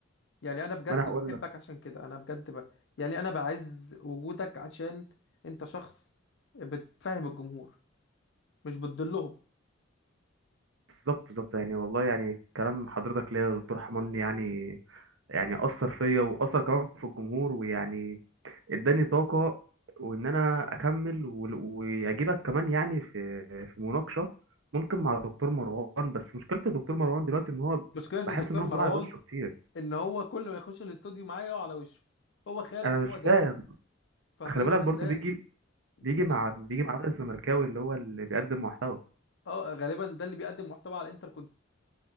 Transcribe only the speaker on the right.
ما انا هقول
بالظبط بالظبط يعني والله يعني كلام حضرتك ليا يا دكتور حمان يعني يعني أثر فيا وأثر كمان في الجمهور ويعني اداني طاقة وإن أنا أكمل وال- وأجيبك كمان يعني في في مناقشة ممكن مع دكتور مروان بس مشكلة الدكتور مروان دلوقتي إن هو
بحس
إن هو
بيقع على وشه كتير
أنا
مش
فاهم
خلي بالك برضو
بيجي
بيجي مع
بيجي مع الراجل الزملكاوي اللي هو اللي بيقدم محتوى